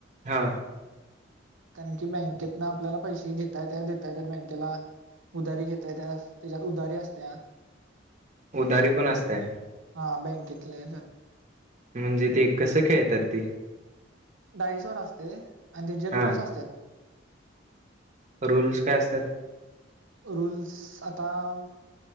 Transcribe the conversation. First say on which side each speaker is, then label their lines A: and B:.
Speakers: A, on the right; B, on the right.
A: हा.
B: कारण की बँकेत ना आपल्याला पैसे घेता येत देता येत बँकेला. उधारी घेत येत्या त्याच्यात उदारी आत्या.
A: उधारी पण असते.
B: हा बँकेतले.
A: म्हणजे ते कसं खेळतात तेी
B: डाईसवर असते आणि त्याचे
A: हा
B: रूल्स असत
A: रूल्स काय असतात
B: रल्स आताम